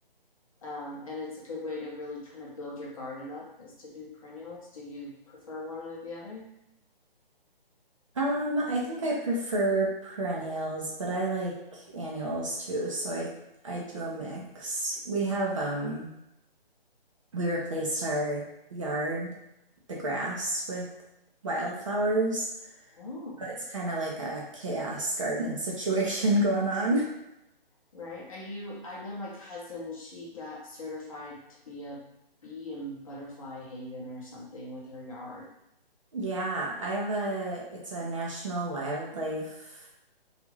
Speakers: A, on the left; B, on the right.
A: Um, and it's a good way to really kind of build your garden up is to do perennials. Do you prefer one or the other?
B: Um, I think I prefer perennials, but I like annuals too, so I I do a mix. We have um we replaced our yard, the grass with wildflowers.
A: Oh,
B: But It's kind of like a chaos garden situation <laughs> going on.
A: right. Are you? I know my cousin, she got certified to be a bee and butterfly haven or something with her yard
B: Yeah, I have a it's a national wildlife